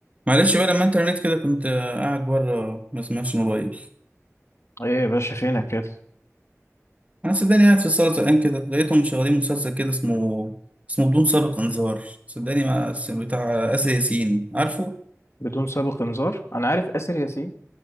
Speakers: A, on the right; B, on the left.
A: معلش بقى لما انت رنيت كده كنت قاعد بره ما سمعتش الموبايل
B: ايه يا باشا فينك كده
A: انا صدقني قاعد في الصاله زهقان كده لقيتهم مشغلين مسلسل كده اسمه اسمه بدون سابق انذار صدقني ما بتاع آسر ياسين عارفه
B: بدون سابق انذار انا عارف آسر ياسين